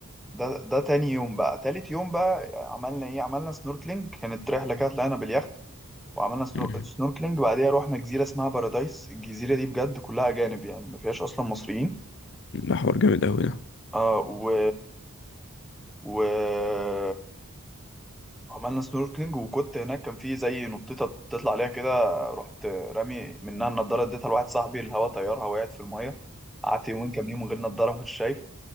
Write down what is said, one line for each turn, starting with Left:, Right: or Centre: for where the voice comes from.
Centre: ده ده تاني يوم بقى تالت يوم بقى عملنا ايه عملنا سنوركلينج كانت رحله كده طلعنا باليخت وعملنا سنور...
Left: مم.
Centre: سنوركلينج بعديها رحنا جزيره اسمها بارادايس الجزيره دي بجد كلها اجانب يعني ما فيهاش اصلا مصريين
Left: ده حوار جامد أوي ده
Centre: آه و و عملنا سنوركلينج وكنت هناك كان في زي نطيطه تطلع عليها كده رحت رامي منها النضاره اديتها لواحد صاحبي الهوا طيرها وقعت في الميه قعدت يومين كاملين من غير نضاره ما كنتش شايف